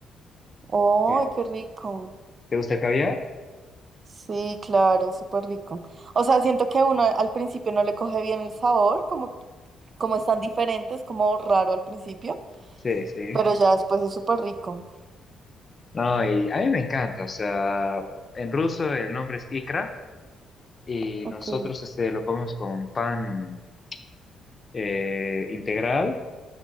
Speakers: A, on the right; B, on the left.
A: ¡Ay,
B: eh,
A: qué rico!
B: ¿te gusta el caviar?
A: Sí, claro, súper rico. O sea, siento que uno al principio no le coge bien el sabor, como, como están diferentes, como raro al principio,
B: Sí, sí.
A: pero ya después es súper rico.
B: No, y a mí me encanta. O sea, en ruso el nombre es ikra y
A: Ok.
B: nosotros este, lo comemos con pan eh, integral,